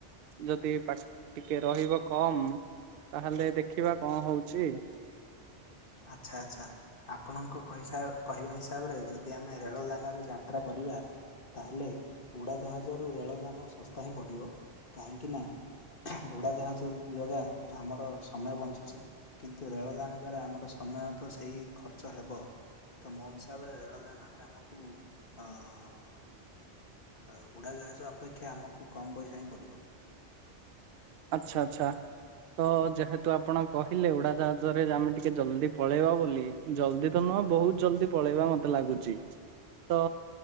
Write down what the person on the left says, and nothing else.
ଆଚ୍ଛା ଆଚ୍ଛା ଆପଣଙ୍କ କହିସା କହିବା ହିସାବରେ ଯଦି ଯଦି ଆମେ ରେଳ ଯାନରେ ଯାତ୍ରା କରିବା ତାହେଲେ ଉଡ଼ାଜାହାଜରୁ ରେଳ ଯାନ ଶସ୍ତା ହିଁ ପଡ଼ିବ, କାହିଁକିନା ଉଡ଼ାଜାହାଜ ଯଗା ଆମର ସମୟ ବଞ୍ଚୁଛି, କିନ୍ତୁ ରେଳଯାନ ଦ୍ଵାରା ଆମର ସ ସମୟ ତ ସେଇ ଖର୍ଚ୍ଚ ହେବ ତ ମୋ ହିସାବରେ ରେଳଯାନରେ ଆମେ ମକୁ ଅ ଅ ଉଡ଼ାଜାହାଜ ଅପେକ୍ଷା ଆମକୁ କମ୍ ପଇସା ହିଁ ପଡ଼ିବ।